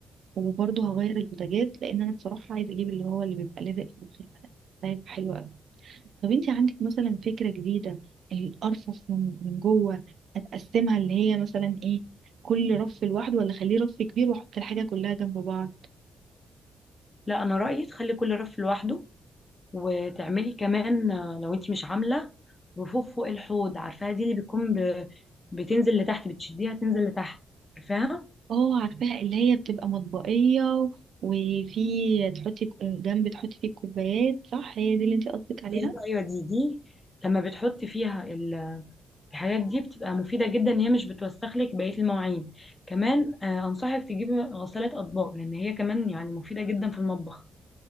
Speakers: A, on the right; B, on the left.
A: وبرضه هغير البوتاجاز لان انا بصراحه عايزه اجيب اللي هو اللي بيبقى لازق في الخيمه ده ده هيبقى حلو قوي طب انت عندك مثلا فكره جديده الارفف من من جوه هتقسمها اللي هي مثلا ايه كل رف لوحده ولا اخليه رف كبير واحط الحاجه كلها جنب بعض
B: لا انا رايي تخلي كل رف لوحده وتعملي كمان آه، لو انت مش عامله رفوف فوق الحوض عارفاها دي اللي بتكون ب... بتنزل لتحت بتشديها تنزل لتحت عارفاها
A: اه عارفاها اللي هي بتبقى مطبقيه وفي تحطي ك- جنب تحطي فيه الكوبايات صح هي دي اللي انت قصدك عليها
B: ايوه ايوه دي دي لما بتحطي فيها ال- الحاجات دي بتبقى مفيده جدا ان هي مش بتوسخ لك بقيه المواعين كمان آه، انصحك تجيبي غساله اطباق لان هي كمان يعني مفيده جدا في المطبخ